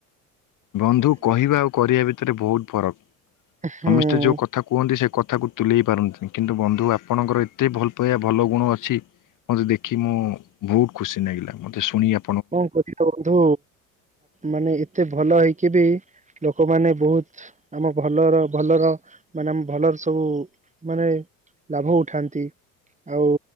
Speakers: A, on the left (about 40°); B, on the right (about 15°).
A: ବନ୍ଧୁ କହିବା ଆଉ କରିବା ଭିତରେ ବହୁତ ଫରକ,
B: ହୁଁ
A: ସମସ୍ତେ ଯୋଉ କଥା କୁହନ୍ତି, ସେ କଥା କଥାକୁ ତୁଲେଇ ପାରନ୍ତିନି କିନ୍ତୁ ବନ୍ଧୁ ଆପଣଙ୍କର ଏତେ ଭଲ ପାଇବା ଭଲ ଗୁଣ ଅଛି ମତେ ଦେଖି ମୁଁ ବହୁତ ଖୁସି ଲାଗିଲା, ମତେ ଶୁଣିବା
B: କଣ କରଛ <unintelligible> ବନ୍ଧୁ ମାନେ ଏତେ ଭଲ ହେଇକି ବି ଲୋକମାନେ ବହୁତ, ଆମ ଭଲର ଭଲର, ମାନେ ଆମ ଭଲର ସବୁ ମାନେ ଲାଭ ଉଠାନ୍ତି, ଆଉ